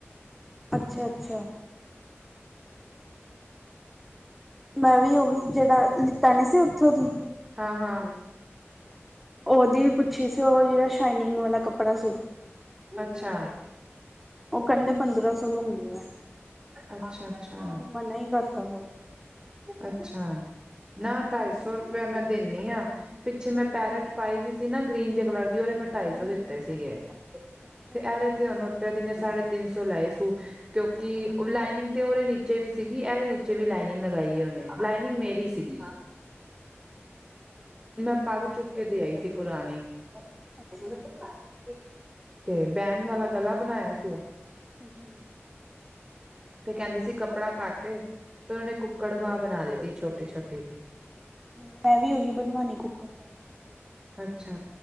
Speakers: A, in the centre; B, on the right.
A: ਅੱਛਾ-ਅੱਛਾ। ਮੈਂ ਵੀ ਉਹੀ ਜੇੜਾ ਲੀਤਾ ਨੀ ਸੀ ਓਥੋਂ ਦੀ
B: ਹਾਂ-ਹਾਂ।
A: ਓਦੀ ਪੁੱਛੀ ਸੀ, ਓ ਜੇੜਾ ਸ਼ਾਈਨਿੰਗ ਵਾਲਾ ਕੱਪੜਾ ਸੀ।
B: ਅੱਛਾ।
A: ਓ ਕੈਂਦੇ ਪੰਦਰਾਂ ਸੋ ਲਉਂਗੀ ਮੈਂ,
B: ਅੱਛਾ ਅੱਛਾ
A: ਅਸੀ ਮਨਾ ਈ ਕਾਰਤਾ ਫੇਰ।
B: ਅੱਛਾ, ਨਾ ਢਾਈ ਸੌ ਰੁਪੇਆ ਮੈਂ ਦੇਨੀ ਆ। ਪਿੱਛੇ ਮੈਂ ਪੈਰਟ ਪਾਈ ਦੀ ਸੀ ਨਾ, ਗ੍ਰੀਨ ਜੇ ਕਲਰ ਦੀ ਓਦੇ ਮੈਂ ਢਾਈ
A: ਹਾਂਜੀ
B: ਸੌ ਦਿੱਤੇ
A: ਹਾਂਜੀ
B: ਸੀਗੇ,
A: ਅੱਛਾ
B: ਤੇ
A: ਅੱਛਾ
B: ਏਦੇ ਤੇ ਹੋਨ ਓ ਤਰੇਦੀ ਨੇ ਸਾਡੇ ਤਿੰਨ ਸੌ ਲਏ ਸੂ, ਕਿਓ ਕਿ ਲਾਈਨਿੰਗ ਤੇ ਓਰੇ ਨੀਚੇ ਵੀ ਸੀਗੀ, ਐਰੇ ਨੀਚੇ ਵੀ ਲਾਈਨਿੰਗ ਲਗਾਈ ਏ ਓਨੇ। ਲਾਈਨਿੰਗ ਮੇਰੀ ਸੀਗੀ। ਮੈਂ ਪਾੱਗ ਚੁੱਕ ਕੇ ਦੇ ਆਈ ਸੀ ਪੁਰਾਨੀ।
A: ਅੱਛਾ
B: <unintelligible> ਤੇ ਬੈਨ ਵਾਲਾ ਗਲਾ ਸੂ।
A: ਹੂੰ, ਹੂੰ।
B: ਤੇ ਕੈਂਦੀ ਸੀ ਕੱਪੜਾ ਘਾੱਟ ਏ, ਫੇਰ ਉਨੇ ਕੁੱਕੜ ਬਾਂ ਬਨਾ ਦਿੱਤੀ ਛੋਟੀ-ਛੋਟੀ ਜੀ।
A: ਹੂੰ, ਮੈਂ ਵੀ ਓਹੀ ਬਨਵਾਨੀ ਕੁੱਕੜ ਬਾਂ।
B: ਅੱਛਾ,